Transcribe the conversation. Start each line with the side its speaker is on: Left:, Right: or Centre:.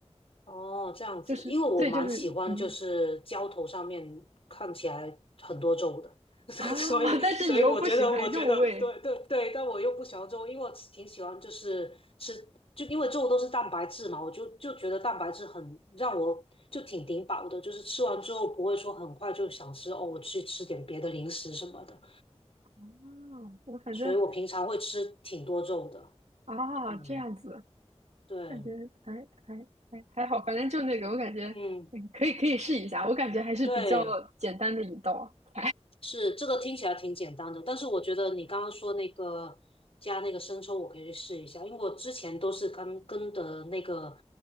Left: 哦，这样子，
Right: 就是对，
Left: 因为我蛮喜欢就是浇头上面看起来很多皱的，
Right: 就是嗯
Left: <laughs>
Right: 啊，
Left: 所以所以我觉得我觉得对对对，
Right: <laughs> 但是你又不喜欢肉味，
Left: 但我又不喜欢皱，因为我挺喜欢就是吃，就因为皱都是蛋白质嘛，我就就觉得蛋白质很让我就挺顶饱的，就是吃完之后不会说很快就想吃哦，我去吃点别的零食什么的，
Right: 啊，我反正
Left: 所以我平常会吃挺多肉的，
Right: 啊这样子。
Left: 嗯，对，
Right: 感觉还还还还好，反正就那个，我感觉嗯可以可以试一下，
Left: 嗯，
Right: 我感觉还是比较简单的一道啊。
Left: 对。是这个听起来挺简单的，但是我觉得你刚刚说那个加那个生抽，我可以去试一下，因为我之前都是跟跟的那个